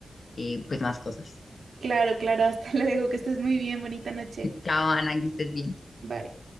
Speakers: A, on the left (about 50°); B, on the right (about 75°).
A: eh, pues más cosas.
B: Claro, claro, hasta <laughs> luego, que estés muy bien, bonita noche.
A: Chao, Ana, que estés bien.
B: Bye.